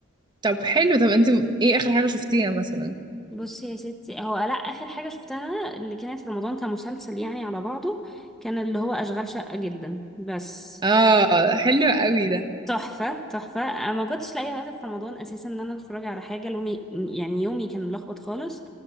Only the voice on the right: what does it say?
طب حلو طب انت ايه اخر حاجة شفتيها مثلا
اه حلو قوي ده